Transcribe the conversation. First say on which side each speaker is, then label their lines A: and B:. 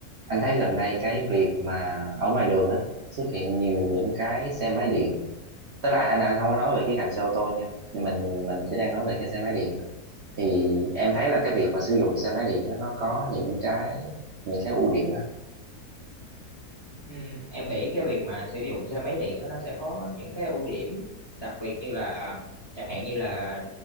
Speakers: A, on the right (about 85°); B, on the left (about 25°).
A: Anh thấy gần đây cái việc mà ở ngoài đường á xuất hiện nhiều những cái xe máy điện. Tức là anh anh không có nói về cái cạnh xe ô tô nha. Nhưng Mình mình chỉ đang nói về cái xe máy điện thôi. Thì em thấy là cái việc mà sử dụng xe máy điện á nó có những cái những cái ưu điểm đó.
B: Ừ, em nghĩ cái việc mà sử dụng xe máy điện á, nó sẽ có những cái ưu điểm đặc biệt như là chẳng hạn như là